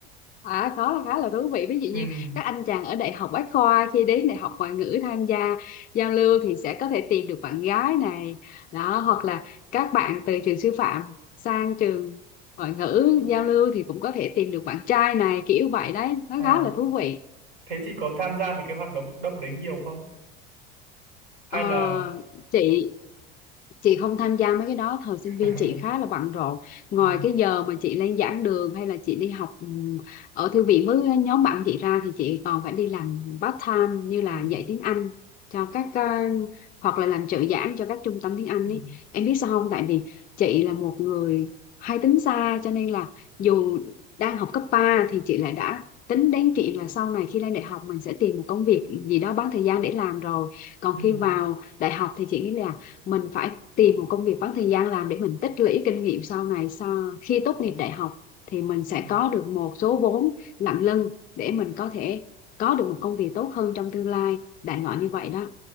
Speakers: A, on the left; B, on the right.
A: à có là khá là thú vị ví dụ
B: ừm.
A: như các anh chàng ở đại học Bách Khoa khi đến đại học ngoại ngữ tham gia giao lưu thì sẽ có thể tìm được bạn gái này đó hoặc là các bạn từ trường sư phạm sang trường ngoại ngữ giao lưu thì cũng có thể tìm được bạn trai này kiểu vậy đấy nó
B: Ờ.
A: khá là thú vị
B: Thế chị có tham gia mấy cái hoạt động động đấy nhiều không? Hay
A: Ờ,
B: là
A: chị chị không tham gia mấy cái đó thời
B: <laughs>
A: sinh viên chị khá là bận rộn ngoài
B: ừ,
A: cái giờ mà chị lên giảng đường hay là chị đi học ừm, ở thư viện với nhóm bạn chị ra thì chị còn phải đi làm part time như là
B: ừ,
A: dạy tiếng Anh cho các ờ, hoặc là làm trợ giảng cho các trung tâm tiếng Anh
B: ừ,
A: ấy em biết sao không tại vì chị là một người hay tính xa cho nên là dù đang học cấp 3 thì chị lại đã tính đến chuyện là sau này khi lên đại học mình sẽ tìm một công việc gì đó bán thời gian để làm rồi còn
B: ừ,
A: khi vào đại học thì chị nghĩ là mình phải tìm một công việc bán thời gian làm để mình tích lũy kinh nghiệm sau này sau khi tốt nghiệp đại học thì mình sẽ
B: ừ.
A: có được một số vốn nặng lưng để mình có thể có được một công việc tốt hơn trong tương lai đại loại như vậy đó